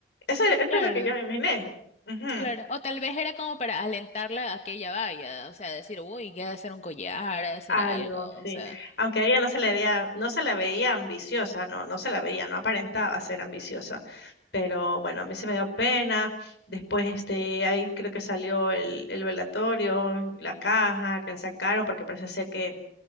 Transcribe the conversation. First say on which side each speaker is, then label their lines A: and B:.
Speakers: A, on the left; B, on the left.
A: Eso, eso
B: Claro,
A: es lo que yo me imaginé. Ujú.
B: claro. O tal vez era como para alentarla a que ella vaya, o sea, decir, uy, que ha de hacer un collar, ha de hacer
A: Algo,
B: algo, o
A: sí.
B: sea.
A: Aunque a ella no se le veía, no se la veía ambiciosa, no, no se la veía, no aparentaba ser ambiciosa. Pero bueno, a mí se me dio pena. Después, este, ahí creo que salió el, el velatorio, la caja que le sacaron, porque parece ser que